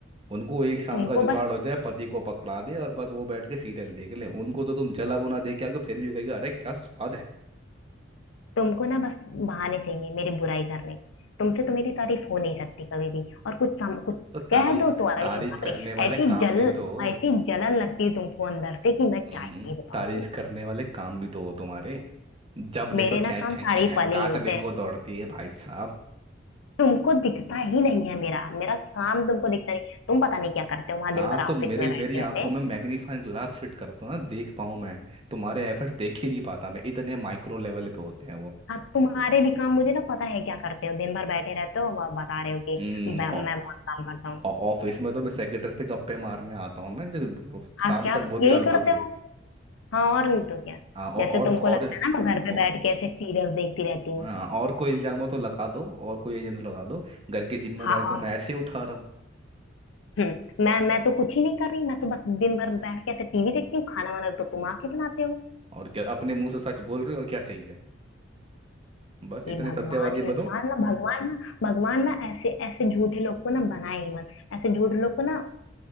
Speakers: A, on the right (about 30°); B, on the left (about 70°).
A: उनको एक शाम
B: तुमको
A: का जुगाड़
B: बस
A: हो जाए पति को पकड़ा दे और बस वो बैठ के सीरियल देख ले उनको तो तुम जला भुना दे के आओगे फिर भी कहेगा अरे क्या स्वाद है
B: तुमको ना बस बहाने चाहिए मेरी बुराई करने के। तुमसे तो मेरी तारीफ हो नहीं सकती कभी भी और कुछ सम, कुछ
A: तो
B: कह
A: तारीफ
B: दो तो अरे
A: तारीफ
B: बाप
A: करने
B: रे
A: वाले
B: ऐसी
A: काम
B: जल
A: भी तो हो
B: ऐसी जलन लगती है तुमको अंदर से कि मैं क्या
A: हम्म,
B: ही बताऊं
A: तारीफ
B: तुमको
A: करने वाले काम भी तो हो तुम्हारे जब
B: मेरे
A: देखो
B: ना
A: ख्या ख्या
B: काम
A: ख्या
B: तारीफ
A: ख्या
B: वाले
A: काटने
B: ही होते हैं
A: को दौड़ती है भाई साहब
B: तुमको दिखता ही नहीं है मेरा मेरा काम तुमको दिखता नहीं तुम पता नहीं क्या करते हो वहां
A: हाँ
B: दिन भर
A: तो
B: ऑफिस
A: मेरे
B: में
A: मेरी
B: बैठे
A: आंखों
B: बैठे
A: में मैग्नीफाइंग ग्लास फिट कर दो ना देख पाऊँ मैं तुम्हारे एफर्ट्स देख ही नहीं पाता मैं इतने माइक्रो लेवल पे होते हैं वो
B: हाँ तुम्हारे भी काम मुझे ना पता है क्या करते हो दिन भर बैठे रहते हो और बता रहे हो कि
A: हम्म,
B: ब-
A: ऑ-
B: मैं बहुत काम करता हूँ
A: ऑ- ऑफिस में तो मैं सेक्रेटरी से गप्पे मारने आता हूँ ना जो
B: हाँ
A: शाम
B: क्या आप
A: तक बुरी
B: यही
A: हालत
B: करते
A: होती
B: हो
A: है
B: हाँ और नहीं तो क्या
A: हाँ औ-
B: जैसे
A: और
B: तुमको
A: और,
B: लगता है ना मैं घर पे
A: और
B: बैठ के ऐसे सीरियल देखती रहती हूँ
A: हाँ और कोई इल्जाम हो तो लगा दो और कोई एजेंडा लगा दो घर की जिम्मेदारी
B: हाँ
A: तो
B: और
A: मैं ऐसे ही उठा रहा हूँ
B: हम्म मैं मैं तो कुछ ही नहीं कर रही मैं तो बस दिन भर बैठ के ऐसे टीवी देखती हूँ खाना वाना तो तुम आके बनाते हो
A: और क्या अपने मुंह से सच बोल रहे हो और क्या चाहिए बस
B: ये
A: इतने
B: भगवान
A: सत्यवादी
B: इंसान
A: बनो
B: ना भगवान ना भगवान ना ऐसे ऐसे झूठे लोग को ना बनाए ही मत ऐसे झूठे लोग को ना